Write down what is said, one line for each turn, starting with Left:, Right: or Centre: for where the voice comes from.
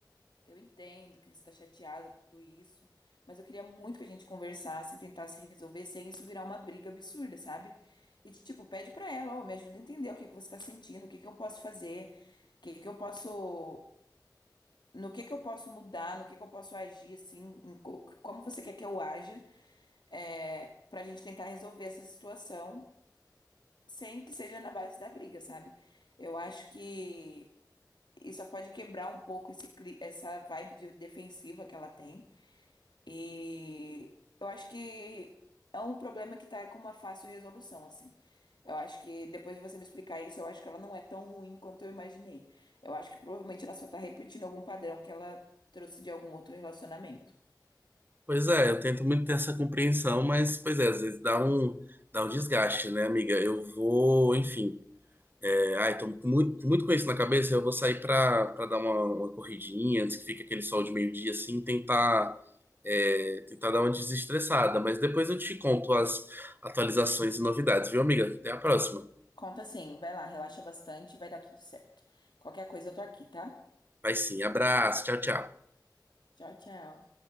Left: eu entendo que você tá chateada com tudo isso, mas eu queria muito que a gente conversasse e tentasse resolver sem isso virar uma briga absurda, sabe? E, tipo, pede pra ela, ó, me ajuda a entender o que que você tá sentindo, o que que eu posso fazer, o que que eu posso no que que eu posso mudar, no que que eu posso agir, assim, em co- como você quer que eu haja, é, pra gente tentar resolver essa situação sem que seja na base da briga, sabe? Eu acho que isso só pode quebrar um pouco esse, cli- essa vibe de- defensiva que ela tem. E eu acho que é um problema que tá com uma fácil resolução, assim. Eu acho que depois de você me explicar isso, eu acho que ela não é tão ruim quanto eu imaginei. Eu acho que provavelmente ela só tá repetindo algum padrão que ela trouxe de algum outro relacionamento.
Right: Pois é, eu tento muito ter essa compreensão, mas, pois é, às vezes dá um, dá um desgaste, né, amiga? Eu vou, enfim, é, ai, tô com muito, com muito com isso na cabeça, eu vou sair pra, pra dar uma, uma corridinha antes que fique aquele sol de meio-dia, assim, tentar, é, tentar dar uma desestressada. Mas depois eu te conto as atualizações e novidades, viu, amiga? Até a próxima.
Left: Conta assim, vai lá, relaxa bastante, vai dar tudo certo. Qualquer coisa eu tô aqui, tá?
Right: Vai sim, abraço, tchau, tchau.
Left: Tchau, tchau.